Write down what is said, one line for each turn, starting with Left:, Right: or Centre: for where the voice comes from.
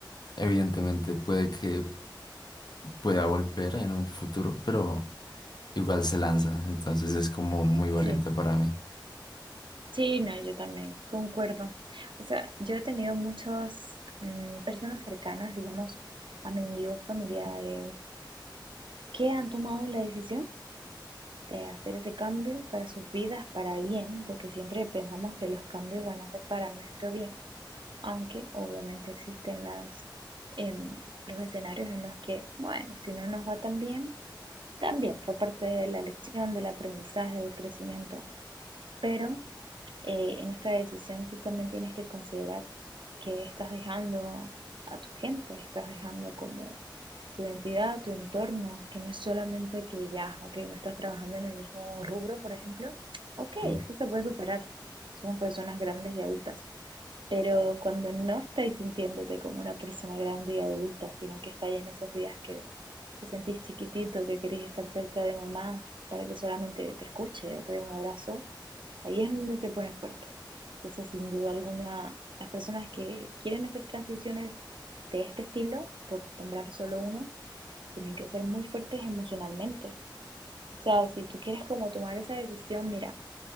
Left: evidentemente puede que pueda volver en un futuro, pero igual se lanza, entonces es como muy valiente
Right: Sí,
Left: para mí.
Right: sí, no, yo también, concuerdo. O sea, yo he tenido muchas mm, personas cercanas, digamos, amigos, familiares, que han tomado la decisión de hacer ese cambio para sus vidas, para bien, porque siempre pensamos que los cambios van a ser para nuestro bien, aunque obviamente existen las, em, los escenarios en los que, bueno, si no nos va tan bien, También fue parte de la lección, del aprendizaje, del crecimiento, pero eh, en esta decisión tú también tienes que considerar que estás dejando a tu gente, estás dejando como tu identidad, tu entorno, que no es solamente que ya, ok, no estás trabajando en el mismo rubro, por ejemplo, ok,
Left: Ya.
Right: eso se puede superar, somos personas grandes y adultas, pero cuando no estáis sintiéndote como una persona grande y adulta, sino que estáis en esos días que te sentís chiquitito, que querés estar cerca de mamá para que solamente te escuche o te dé un abrazo, ahí es donde se pone fuerte. Entonces, sin duda alguna, las personas que quieren hacer transiciones de este estilo, por nombrar solo uno, tienen que ser muy fuertes emocionalmente. O sea, si tú quieres como tomar esa decisión, mira,